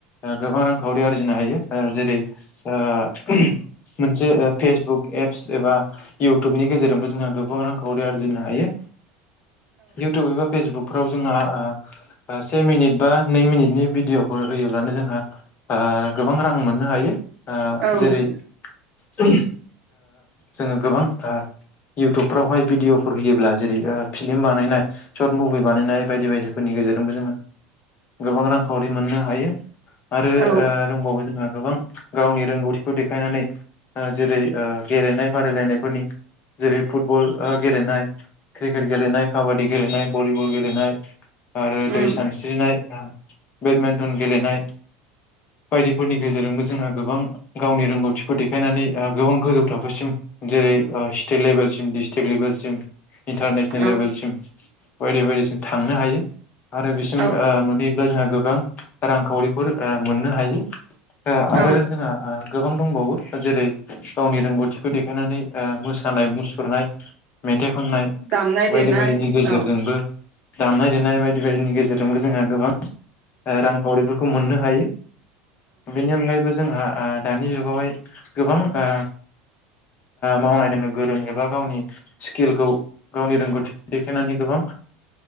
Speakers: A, on the left (about 40°); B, on the right (about 50°).
A: गोबां रांखावरि आरजिनो हायो ओ जेरै ओ ओहोम मोनसे फेसबुक एप्स एबा इउटुबनि गेजेरजोंबो जोंहा गोबां रांखावरि आरजिनो हायो इउटुब एबा फेसबुकफोराव जोंहा ओ से मिनिट बा नै मिनिटनि भिडिअ'फोर होयोब्लानो जोंहा गोबां रां मोननो हायो ओ
B: उम
A: जेरै ओ जोङो गोबां थां इउटुबफ्रावहाय भिडिअफोर होयो ब्ला जेरै भिलम बानायनाय सत मुभि बानायनाय बायदि बायदिफोरनि गेजेरजोंबो जोङो गोबां रांखावरि मोननो हायो। आरो
B: औ
A: ओ दंबावो जोंहा गोबां गावनि रोंगौथिखौ देखायनानै ओ जेरै ओ गेलेनाय बादायलायनायफोरनि जेरै फुटबल ओ गेलेनाय क्रिकेट गेलेनाय, काबादि गेलेनाय भलिबल गेलनाय आरो
B: उम
A: दै सानस्रिनाय बेडमिन्टन गेलेनाय बायदिफोरनि गेजेरजोंबो जोंहा गोबां गावनि रोंगौथिखौ देखायनानै ओ गोबां गोजौ थाखोसिम जेरै स्टेट लेभेलसिम डिस्ट्रिक लेभेलसिम इन्टारनेसनेल
B: औ
A: लेभेलसिम बायदि बायदिसिम थांनो हायो। आरो बिसिम
B: औ
A: ओ मोन नों जोंहा गोबां रांखावरिफोर ओ मोननो हायो। ओ आरो
B: औ
A: जोंहा ओ गोबां दंबावो जेरै गावनि रोंगौथिखौ देखायनानै ओ मोसानाय-मुसुरनाय खननाय
B: दामनाय
A: बायदि
B: देनाय
A: बायदिनि गेजेरजोंबो
B: औ
A: दामनाय-देनाय बायदि बायदिनि गेजेरजोंबो जोंहा गोबां ओ रांखावरिफोरखौ मोननो हायो। बेनि अनगायैबो जोंहा ओ दानि जुगावहाय गोबां ओ मावनाय दोननो गोरों एबा गावनि स्किलखौ गावनि रोंगौथिखौ देखायनानै गोबां